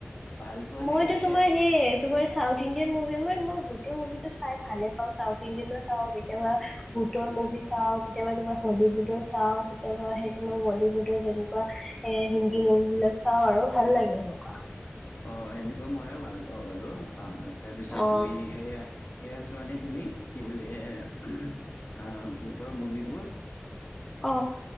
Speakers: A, on the left; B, in the centre.
A: ভাল পোৱা
B: মইতো
A: নে এনে
B: তোমাৰ সেই তোমাৰ চাউথ ইণ্ডিয়ান মুভি মই মই গোটেই মুভি টো চাই ভালে পাওঁ চাউথ ইণ্ডিয়ানো চাওক কেতিয়াবা ভুতৰ মুভি চাও কেতিয়াবা তোমাৰ হলিউডৰ চাওঁ কেতিয়াবা সেই তোমাৰ বলীউডৰ যেনেকুৱা এ হিন্দী মুভি বিলাক চাও আৰু ভাল লাগে সেনকা
A: অঁ সেনেকুৱা ময়ো ভাল পাওঁ আৰু অ তাৰপিছত
B: অ
A: তুমি সেয়া সেয়া ছোৱানে তুমি কি বুলে এ ভুতৰ মুভিবোৰ
B: অ